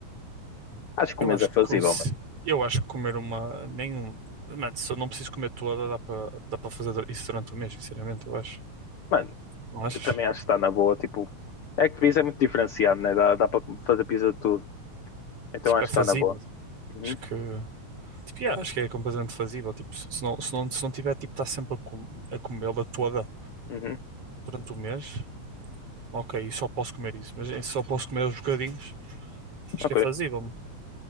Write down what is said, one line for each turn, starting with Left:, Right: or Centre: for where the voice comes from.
Left: Acho que
Right: Eu
Left: o mês
Right: acho
Left: é fazível,
Right: que consi-
Left: mano.
Right: eu acho que comer uma nenhum, mano, se eu não preciso comer toda, dá para dá para fazer isso durante o mês, sinceramente, eu acho.
Left: Mano,
Right: Não achas?
Left: Eu também acho que está na boa. Tipo, é que pizza é muito diferenciado, né? Dá, dá para fazer pizza de tudo. Então
Right: Tipo,
Left: acho
Right: é fazível.
Left: que está na boa.
Right: tipo,
Left: Uhum,
Right: Acho que tipo, yeah, acho que é completamente fazível, tipo, se se não se não, se não tiver tipo estar sempre a, com... a comê-la toda
Left: uhum.
Right: durante o mês, OK, só posso comer isso, mas em- só posso comer os bocadinhos. Acho
Left: Ok.
Right: que é fazível. mano.